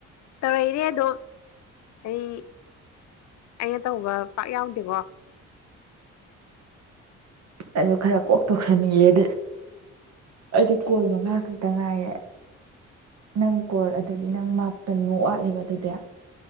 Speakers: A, on the left (about 65°); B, on the right (about 60°).
A: ꯇꯧꯔꯛꯏꯅꯦꯦ ꯑꯗꯣ ꯑꯩ ꯑꯩꯅ ꯇꯧꯕ ꯄꯥꯛ ꯌꯥꯎꯗꯦꯀꯣ
B: ꯑꯗꯨ ꯈꯔ ꯀꯣꯛ ꯇꯣꯛꯁꯟꯅꯤꯡꯑꯦꯗꯤ ꯑꯩꯗꯤ ꯀꯣꯜ ꯃꯉꯥ ꯈꯛꯇ ꯉꯥꯏꯌꯦꯦ ꯅꯪ ꯀꯣꯜ ꯑꯗꯨꯗꯤ ꯅꯪ ꯃꯥꯄꯟꯃꯨꯛ ꯋꯥꯠꯂꯤꯕ ꯑꯗꯨꯗꯤ